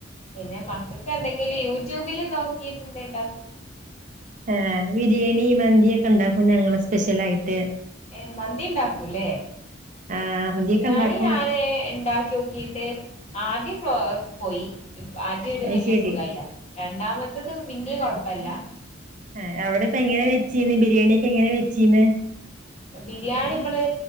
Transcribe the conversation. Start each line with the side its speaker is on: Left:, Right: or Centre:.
Left: പിന്നെ മക്കൾക്ക് എന്തെങ്കിലും യൂട്യൂബില് നോക്കിട്ട് എന്ത് ഇണ്ടാക്കും
Right: ആഹ് ബിരിയാണി മന്തി ഒക്കെ ഉണ്ടാക്കും ഞങ്ങള് സ്പെഷ്യൽ ആയിട്ട്
Left: ഏഹ് മന്തി ഉണ്ടാക്കൂല്ലേ
Right: ആഹ് മന്തിയൊക്കെ
Left: ബിരിയാണി
Right: ഉണ്ടാക്കും
Left: ഞാന് ഉണ്ടാക്കി നോക്കിട്ട് ആദ്യം പോയി ആദ്യം ഒരു
Right: അത്
Left: വലിയ
Right: ശരി
Left: സുഖ ആയില്ല രണ്ടാമത്തെത് പിന്നേ കുഴപ്പ പല്ല
Right: ആ അവിടെ ഇപ്പ എങ്ങനെയാ വെച്ചീന്ന് ബിരിയാണിയൊക്കെ എങ്ങനെ വെച്ചീനെ
Left: ബിരിയാണി നമ്മള്